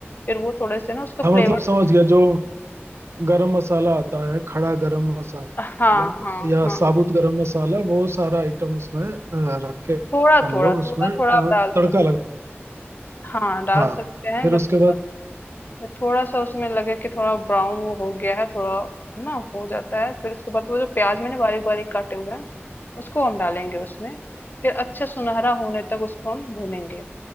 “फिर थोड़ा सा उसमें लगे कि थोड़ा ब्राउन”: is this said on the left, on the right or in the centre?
Left